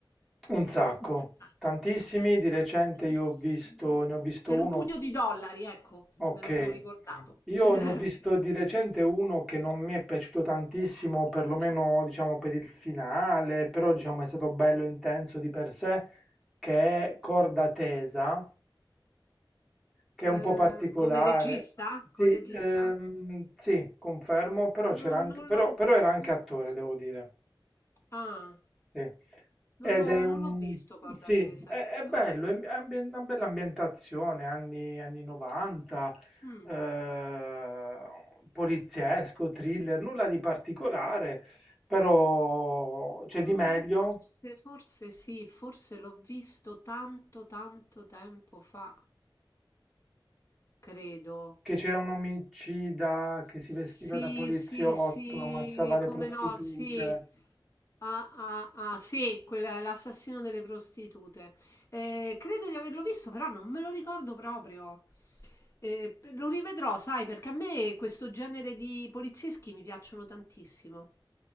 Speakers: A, in the centre; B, on the left.
A: un sacco.
B: veramente ne ha fatti
A: Tantissimi. Di recente
B: tantissimi.
A: io ho visto, ne ho visto
B: Per
A: uno
B: un pugno di dollari, ecco,
A: Ok,
B: me lo sono ricordato.
A: io
B: <laughs>
A: ne ho visto di recente uno che non mi è piaciuto tantissimo, perlomeno diciamo per il finale, però diciamo è stato bello intenso di per sé, che è Corda Tesa, che
B: Eh,
A: è un po' particolare.
B: come regista? Come
A: Sì,
B: regista?
A: ehm, sì, confermo, però c'era
B: Non,
A: anche,
B: non
A: però,
B: l'ho
A: però era anche
B: non
A: attore,
B: l'ho visto.
A: devo dire.
B: Ah,
A: Sì. Ed
B: non l'ho
A: è un...
B: non l'ho visto, corda
A: Sì,
B: tesa,
A: è,
B: credo.
A: è bello, è ambien- una bella ambientazione, anni, anni 90,
B: Mm.
A: eh, poliziesco, thriller, nulla di particolare, però c'è di meglio
B: Ah, Forse, forse sì, forse l'ho visto tanto, tanto tempo fa. credo.
A: che c'era un omicida che si
B: Sì,
A: vestiva da poliziotto,
B: sì, sì,
A: ammazzava le
B: come
A: prostitute.
B: no, sì. Ah, ah, ah, sì, quel- l'assassino delle prostitute. Eh, credo di averlo visto, però non me lo ricordo proprio. Eh, lo rivedrò, sai, perché a me questo genere di polizieschi mi piacciono tantissimo.